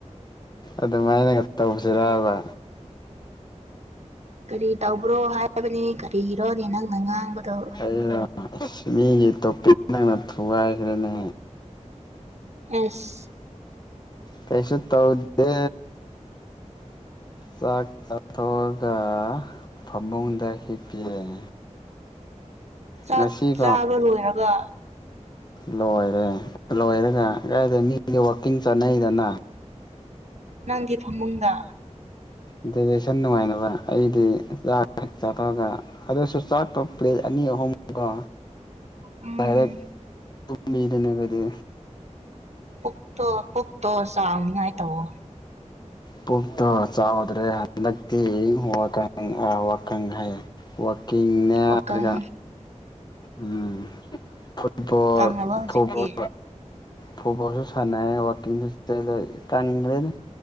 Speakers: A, on the left; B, on the right.
A: ꯑꯗꯨꯃꯥꯏꯅꯒ ꯇꯧꯕꯁꯤꯔꯕ
B: ꯀꯔꯤ ꯇꯧꯕ꯭ꯔꯣ ꯍꯥꯏꯕꯅꯤ ꯀꯔꯤꯔꯣꯅꯤ ꯅꯪꯅ ꯉꯥꯡꯕꯗꯣ
A: ꯑꯩꯔꯣ ꯑꯁ ꯃꯤꯒꯤ ꯇꯣꯄꯤꯛ ꯅꯪꯅ ꯊꯨꯒꯥꯏꯈ꯭ꯔꯦꯅꯦ
B: ꯑꯁ
A: ꯀꯁꯨ ꯇꯧꯗꯦ ꯆꯥꯛ ꯆꯥꯊꯣꯛꯑꯒ ꯐꯃꯨꯡꯗ ꯍꯤꯞꯄꯤꯑꯦ
B: ꯆꯥꯛ
A: ꯅꯁꯤ ꯀ
B: ꯆꯥꯕ ꯂꯣꯏꯔꯒ
A: ꯂꯣꯏꯔꯦ ꯂꯣꯏꯔꯒ ꯀꯥꯏꯗꯦ ꯃꯤꯗꯤ ꯋꯥꯛꯀꯤꯡ ꯆꯠꯅꯩꯗꯅ
B: ꯅꯪꯒꯤ ꯐꯃꯨꯡꯗ
A: ꯑꯗꯨꯗꯤ ꯁꯟ ꯅꯨꯡꯉꯥꯏꯅꯕ ꯑꯩꯗꯤ ꯆꯥꯊꯑꯒ ꯑꯗꯨꯁꯨ ꯆꯥꯄ ꯄ꯭ꯂꯦꯠ ꯑꯅꯤ ꯑꯍꯨꯝ ꯀꯣ
B: ꯎꯝ
A: ꯏꯔꯦ ꯃꯤꯗꯅ ꯀꯔꯤ
B: ꯄꯨꯛꯇꯣ ꯄꯨꯛꯇꯣ ꯆꯥꯎꯅꯤꯉꯥꯏ ꯇꯋꯣ
A: ꯄꯨꯣꯛꯣꯛ ꯇ ꯆꯎꯗ꯭ꯔꯦ ꯍꯟꯗꯛꯇꯛꯇꯤ ꯋꯥꯪ ꯋꯥꯈꯪ ꯍꯥꯏꯩ ꯀꯅꯦꯔꯒ
B: ꯋꯥꯀꯪ
A: ꯎꯝ ꯐꯨꯠꯕꯣꯜ
B: ꯀꯪꯉꯕ ꯍꯧꯖꯤꯛꯇꯤ
A: ꯐꯨꯕꯣꯜ ꯐꯨꯠꯕꯣꯜꯁꯨ ꯁꯥꯟꯅꯩꯦ ꯋꯥꯛꯀꯤꯡꯁꯨꯂ ꯀꯪꯈ꯭ꯔꯦꯅ